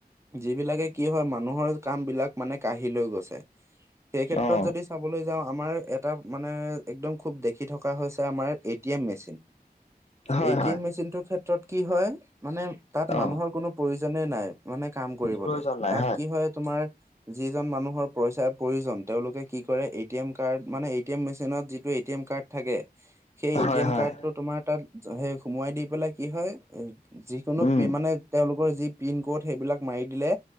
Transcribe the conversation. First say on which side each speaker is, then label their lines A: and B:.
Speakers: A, on the right; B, on the left.
A: যি বিলাকে কি হয় মানুহৰ কাম বিলাক মানে কাঢ়ি লৈ গৈছে। সেই ক্ষেত্ৰত
B: অ
A: যদি চাবলৈ যাওঁ আমাৰ এটা মানে এক্দম খুব দেখি থকা হৈছে। আমাৰ A T M machine.
B: হয়
A: A টি
B: হয়
A: এম মেচিন ৰ ক্ষেত্ৰত কি হয় মানে। তাত মানুহৰ
B: অ
A: কোনো প্ৰয়োজনেই নাই। মানে কাম কৰিবলৈ।
B: প্ৰয়োজন নাই
A: তাত কি হয় তোমাৰ। যিজন মানুহৰ পইচা প্ৰয়োজন তেওঁলোকে কি কৰে এ টি এম কাৰ্ড মানে, এ টি এম মেচিনত যিটো এ টি এম কাৰ্ড থাকে। সেই এ
B: হয়
A: টি এম
B: হয়
A: কাৰ্ডটো তোমাৰ তাত সেই সোমোৱাই দি পেলাই কি হয়। যিকোনো
B: উম
A: মানে তেওঁলোকৰ যি পিন ক'ড সেইবিলাক মাৰি দিলে।